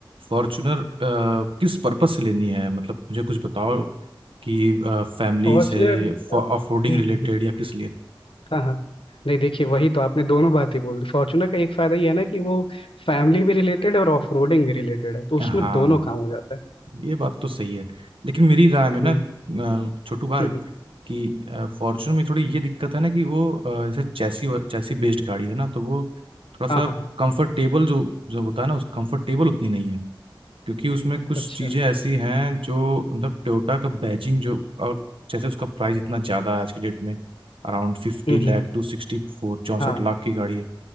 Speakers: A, on the right (about 80°); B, on the left (about 80°).
A: फॉर्च्यूनर किस पर्पस से लेनी है मतलब मुझे कुछ बताओ कि फैमिली
B: फॉर्चुनर
A: से
B: अब
A: ऑफ रोडिंग
B: हम्म
A: रिलेटेड
B: हम्म,
A: या किस लिए
B: हाँ हाँ नहीं देखिए वही तो आपने दोनों बात ही बोल दी फॉर्चुनर का एक फायदा ये है ना कि वो फैमिली भी रिलेटेड है और ऑफ रोडिंग भी रिलेटेड है तो
A: <laughs>
B: उसमें
A: हाँ
B: दोनों काम हो जाता है
A: ये बात तो सही है लेकिन मेरी राय में ना
B: हम्म
A: अ, छोटू भाई
B: हम्म हम्म,
A: कि फॉर्च्यूनर में थोड़ी ये दिक्कत है ना कि वो अ, जैसे चैसी चैसी बेस्ड गाड़ी है ना तो वो थोड़ा सा
B: हाँ हाँ हाँ,
A: कंफर्टेबल जो जो होता है ना उस कंफर्टेबल उतनी नहीं है क्योंकि उसमें कुछ
B: अच्छा
A: चीजें ऐसी हैं जो मतलब टोयोटा का बैजिंग जो और जैसे उसका प्राइस इतना ज्यादा है आज के डेट में अराउंड फिफ्टी
B: हम्म
A: लाख
B: हम्म
A: टू सिक्सटी फोर चौंसठ
B: हाँ
A: लाख की गाड़ी है